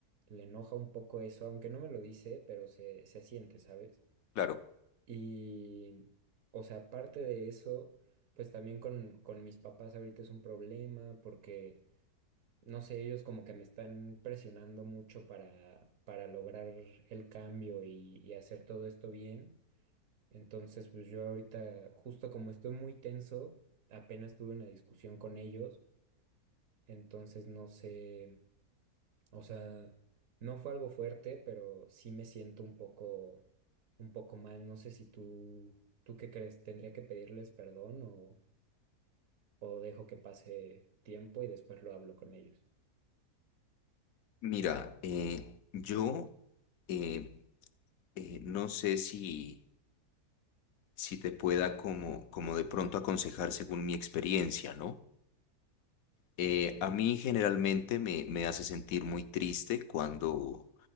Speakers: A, on the right; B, on the left.
A: le enoja un poco eso, aunque no me lo dice, pero se, se siente, ¿sabes?
B: Claro,
A: Y, o sea, aparte de eso, pues también con, con mis papás ahorita es un problema porque, no sé, ellos como que me están presionando mucho para, para lograr el cambio y, y hacer todo esto bien. Entonces, pues yo ahorita, justo como estoy muy tenso, apenas tuve una discusión con ellos, entonces no sé. O sea, no fue algo fuerte, pero sí me siento un poco, un poco mal. No sé si tú, ¿tú qué crees? ¿Tendría que pedirles perdón o, o dejo que pase tiempo y después lo hablo con ellos?
B: mira, eh, yo eh, eh, no sé si si te pueda como, como de pronto aconsejar según mi experiencia, ¿no? Eh, a mí generalmente me, me hace sentir muy triste cuando,